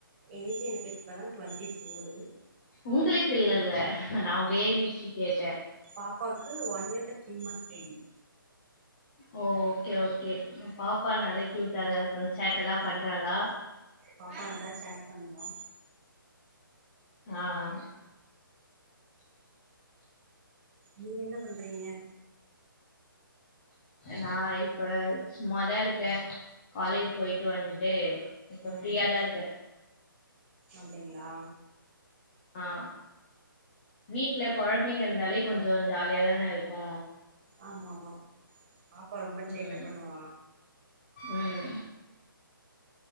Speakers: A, on the right; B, on the left.
A: ஏஜ் எனக்கு இப்ப தா டுவெண்ட்டி ஃபோரு
B: உங்களுக்கு இல்லல்ல நா பேபிக்கு கேட்ட
A: பாப்பாக்கு one year three month baby
B: ஓ ஓகே ஓகே பாப்பா நாலே க்யூட்டாதா இருக்கு சேட்ட எல்லா பண்றாளா
A: பாப்பா நல்லா சேட் பண்வா
B: ஆ ஆ
A: நீங்க என்ன பண்றீங்க
B: நா இப்ப சும்மாதா இருக்கே காலேஜ் போய்ட்டு வந்ட்டு இப்ப
A: ம்
B: ஃப்ரீயாதா இருக்கே
A: அப்டிங்ளா
B: ஆ வீட்ல கொழந்தைங்க இருந்தாலே கொஞ்சோ ஜாலியா தான இருக்கு
A: ஆமா ஆமா பாப்பா ரொம்ப சேட்ட
B: ம்
A: பண்ணுவா
B: ம்